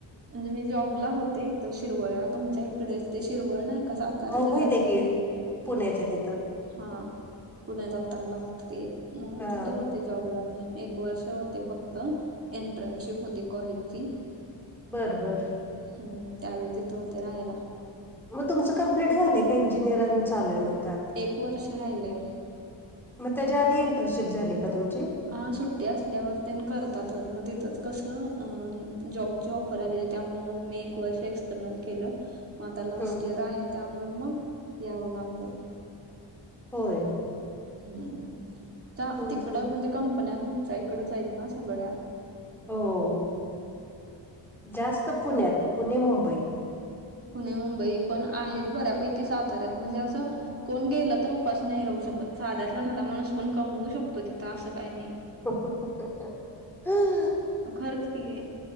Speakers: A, on the right; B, in the centre.
A: म्हणजे मी जॉबला होते त शिरवळला. तुमच्या इकडेच ते शिरवळ नाही का सातारा
B: हो माहित
A: जिल्ह्यातचएत?
B: आहे की. पुण्याच्या तिथं.
A: हा पुण्या जात्तान्ना त्ते, म
B: हां.
A: तिथं होते जॉबला मी. एक वर्ष होते फक्त एंटर्नशिप होती कॉलेजची.
B: बर बर.
A: हम्म, त्यावेळी तितं होते राहायला.
B: मग तुमच कंप्लीट झालंय काय इंजिनिअर अजून चालूय म्हण
A: एक वर्ष राहिलंय.
B: मग त्याच्या आधी इंटरशिप झाली का तुमची?
A: अ सुट्टी असल्यावर त्यां करतातच मग तिथंच कसं अं जॉब जॉब <unintelligible> त्यामुळं मी एक वर्ष एक्सस्टर्नल केलं. म आता लास्ट
B: हं.
A: इयर आहे त्यामुळे मंग यावं लागलं.
B: होय.
A: हं, हम्म, चा
B: हं
A: तिकडं
B: हं.
A: म्हंजे कंपन्या तुमच्या इकडंच ऐत ना सगळ्या?
B: होओ, जास्त पुण्यात, पुणे मुंबई
A: पुणे मुंबई पण आहेत बऱ्यापैकी साताऱ्यात म्हणजे असं कोण गेलं तर उपाशी नाही राहू शकत. साध्यातला साधा माणूस पण कमवू शकतो तिथं. असं काही नाही.
B: हहहहह हअ
A: खरच की,